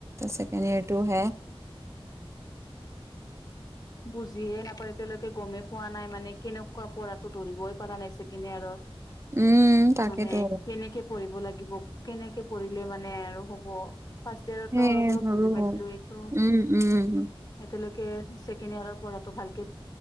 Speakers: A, on the right; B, on the left.
A: ছেকেণ্ড ইয়েৰটো হেয়া
B: বুজিয়ে নাপাও এতিয়া লৈকে গমেই পোৱা নাই মানে কেনেক কোৱা পঢ়াতো ধৰিবই পৰা নাইছে কিনে আৰু
A: উম, তাকেতো
B: মানে কেনেকে পঢ়িব লাগে লাগিব কেনেকে পঢ়িলে মানে আৰু হ'ব ফাৰ্ষট ইয়াতো
A: সেই
B: অলপ অলপ
A: মোৰো
B: বুজি পাইছিলো এইটো
A: উম, উম।
B: এতিয়ালৈকে ছেকেণ্ডিৰ ইয়াৰত প়ঢ়াটো ভাল